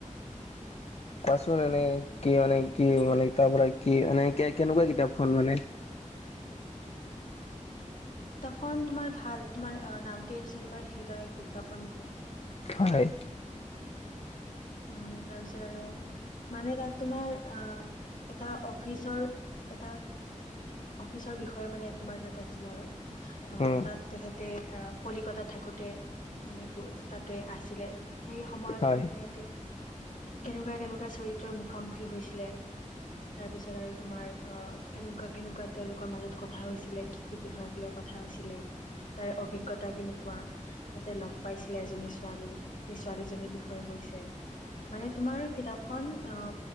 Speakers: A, on the left; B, on the left.
A: <inaudible>
B: কোৱাচোন এনে কি মানে, কি মানে তাৰ পৰা কি এনে কে-কেনেকুৱা কিতাপখন মানে?
A: কিতাপখন তোমাৰ ভাল তোমাৰ নামটোৱে হৈছে তোমাৰ হৃদয় এক বিজ্ঞাপন বুলি।
B: হয়।
A: উম, তাৰপিছত আৰু মানে তাত তোমাৰ আ এটা অফিচৰ এটা অফিচৰ বিষয়ে মানে তোমাৰ তাত আছিলে আৰু। অ
B: উম
A: তাত তেখেতে কলিকতাত থাকোঁতে মানে তাতে <unintelligible> আছিলে। সেই সময়ত
B: হয়
A: মানে তেখেতে কেনেকুৱা কেনেকুৱা চৰিত্ৰৰ মুখামুখি হৈছিলে তাৰপিছত আৰু তোমাৰ আ কেনেকুৱা কেনেকুৱা তেওঁলোকৰ মাজত কথা হৈছিলে কি কি বিষয়ক লৈ কথা হৈছিলে তাৰ অভিজ্ঞতা কেনেকুৱা? তাতে লগ পাইছিলে এজনী ছোৱালী সেই ছোৱালীজনীৰ বিষয়ে কৈছে। মানে তোমাৰ কিতাপখন অ